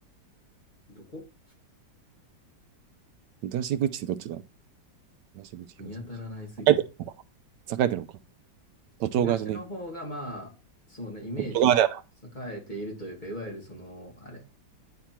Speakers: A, on the left; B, on the right.
A: どこ
B: 東口ってどっちだ東口、
A: 見当たらないすぎる。
B: 東口。栄えてるのか。栄えてるのか。都庁側じゃねえ。
A: 東の方が、まあ、そうね、イメージさ栄えているというか、
B: 都庁側だよな。
A: いわゆるその、あれ、